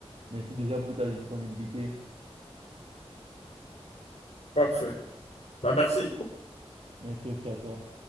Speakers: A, on the right; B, on the left.
A: merci déjà pour ta disponibilité.
B: Parfait. Bah, merci.
A: Merci aussi à toi.